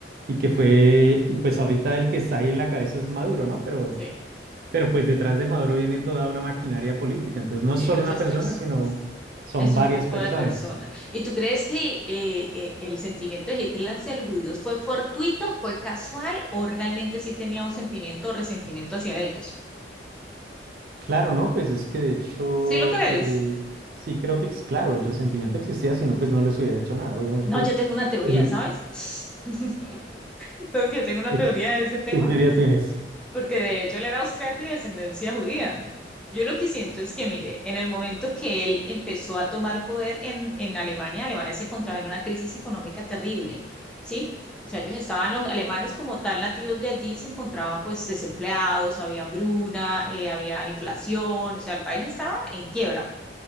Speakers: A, on the right; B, in the centre.
A: y que fue, y pues ahorita el que está ahí en la cabeza es Maduro, ¿no? Pero
B: Sí.
A: pero pues detrás de Maduro viene toda una maquinaria política, entonces
B: Sí,
A: no es solo
B: muchas
A: una persona,
B: personas.
A: sino son
B: Es un
A: varias
B: grupo
A: personas.
B: de personas. ¿Y tú crees que eh, eh, el sentimiento de Hitler hacia los judíos fue fortuito, fue casual o realmente sí tenía un sentimiento o resentimiento hacia ellos?
A: Claro, ¿no? Pues es que de hecho,
B: ¿Sí lo crees?
A: eh, sí creo que, ex- claro, el resentimiento existía, si no, pues no les hubiera hecho nada, obviamente.
B: No, yo tengo una teoría,
A: El,
B: ¿sabes? <laughs> Porque yo tengo una
A: ¿qué,
B: teoría de ese tema,
A: qué teoría tienes?
B: porque de hecho él era austriaco y de descendencia judía. Yo lo que siento es que, mire, en el momento que él empezó a tomar poder en, en Alemania, Alemania se encontraba en una crisis económica terrible, ¿sí? O sea, ellos estaban, los alemanes como tal nativos de allí, se encontraban pues desempleados, había hambruna, eh, había inflación, o sea, el país estaba en quiebra,